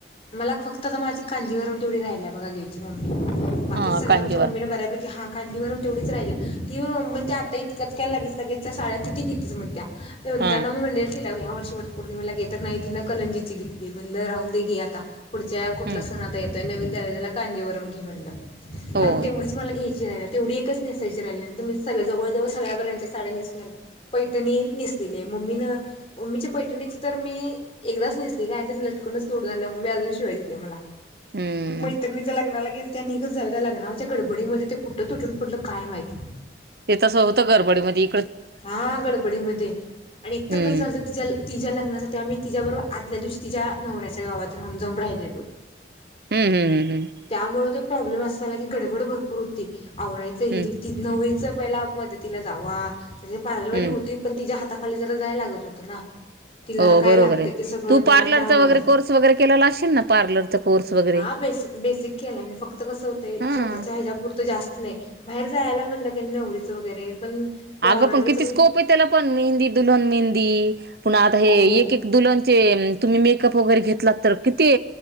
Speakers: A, on the left; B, on the right.
A: मला फक्त तर माझी कांजीवरून तेवढी राहिल्या बघा घ्यायची मम्मी बाकी
B: हा
A: सगळ्या
B: कांजीवर
A: आमच्या मम्मी न बऱ्यापैकी हा कांजीवरम तेवढीच राहिला ती <inaudible> त्या आता इतक्यात काय लगेच लगेच चा साड्या किती घेतेच म्हणत्या त्या म्हणताना
B: हा
A: मी म्हणली ल ह्या वर्षी वट पौर्णिमेला घेत तर नाही तिनं कलंजीची घेतली म्हणलं राहून दे घे आता पुढच्या कुठला
B: हम्म.
A: सण आता येतोय नवीन झालेल्या कांजीवरम घे म्हणलं
B: होय
A: कारण तेवढीच मला घ्याय जे तेवढी एकच नेसायची राहिली नहीं त मी सगळं जवळ जवळ सरव्या व्हऱ्यांचा साड्या नेसून झाल्यात पैठणी नेस ले मम्मी न मम्मी ची पैठणी ची तर मी एकदाच नेसली गं अन् त्याच लटकनच तोड झालं मम्मी अजून शिव्या देते मला
B: हम्म
A: मैत्रणीच्या लग्नाला गेल त्या निघच झालं त्या लग्नाच्या गडबडीमध्ये ते कुठं तुटून पडलं काय माहित
B: ते तसं होतं गरबडमधी
A: हा गडबडी मध्ये आणि एक तर
B: हम्म
A: कसं झालतं तिच्या तिच्या लग्नासाठी आम्ही तिच्याबरोबर आदल्या दिवशी तिच्या नवऱ्याच्या गावात राहून जाऊन राहिलेलो
B: हम्म हम्म हम्म हम्म
A: त्यामुळे तो प्रॉब्लेम असा झाला की गडबड भरपूर होती आवरायचं हिल
B: हम्म
A: ती नवी स पहिला मध्ये तिला जावा जी पार्लरवाली
B: हम्म
A: होती पण तिच्या हाताखाली जरा जाय लागत होत ना तिलाला
B: हो
A: काय
B: बरोबर
A: लागत
B: आहे.
A: ते सगळं
B: तू
A: द्या
B: पार्लरचा
A: त्यामुळं
B: वगैरे कोर्स वगैरे केलेला असशील ना पार्लरचा कोर्स वगैरे
A: हा बेसिक बेसिक केलाय मी फक्त कस होतंय
B: हा.
A: स्वतःच्या ह्याचापुरतं जास नही बाहेर जायला म्हणलं की नवरीचं वगैरे पण त्या
B: अगं
A: ऑर्डरीचं
B: पण किती स्कोप हे त्याला पण मेहंदी दुल्हन मेहंदी पुन्हा आता हे
A: हो
B: एक एक दुल्हन चे तुम्ही मेकअप वगैरे घेतलात तर किती